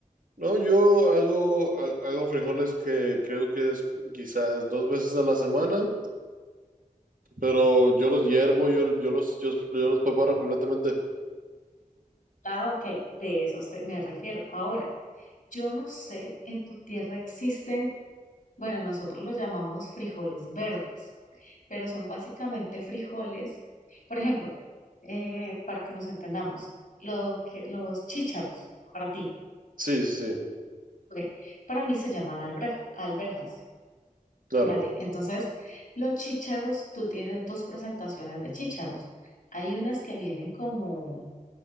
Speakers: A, on the right; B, on the left.
A: No, yo hago, ha- hago frijoles que creo que es quizás dos veces a la semana. Pero yo los hiervo, yo, yo los, yo, yo los preparo completamente.
B: Ah, ok, de esos te- me refiero. Ahora, yo no sé, en tu tierra existen, bueno, nosotros los llamamos frijoles verdes, pero son básicamente frijoles, por ejemplo, eh, para que nos entendamos, lo que, los chícharos, para ti,
A: Sí, sí, sí,
B: ok, para mí se llaman alber- alberjas,
A: claro.
B: ¿vale? Entonces, los chícharos, tú tienes dos presentaciones de chícharos. Hay unas que vienen como